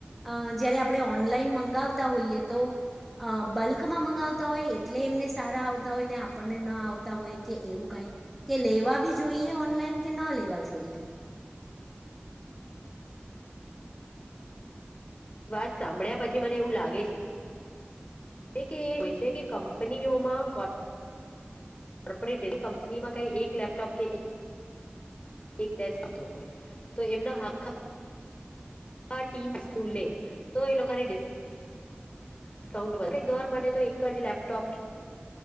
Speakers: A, in the centre; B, on the left.
A: અ જ્યારે આપણે ઓનલાઈન મંગાવતા હોઈએ તો. બલ્કમાં મંગાવતા હોય એટલે એમને સારા આવતા હોય ને આપણને ન આવતા હોય કે એવું કાંઈ. કે લેવા બી જોઈએ ઓનલાઈન કે ના લેવા જોઈએ.
B: વાત સાંભળ્યા પછી મને એવું લાગે છે. કે હોય છે કે કંપનીઓમાં. કોર્પોરેટ કંપનીમાં કઈ એક લેપટોપ કે. એક ડસ પીતો હોય તો એમના આખા. ટીમ વસ્તુ લે તો એ લોકોને. ડિસ્કાઉન્ટ ઘર માટે તો એક જ લેપટોપ.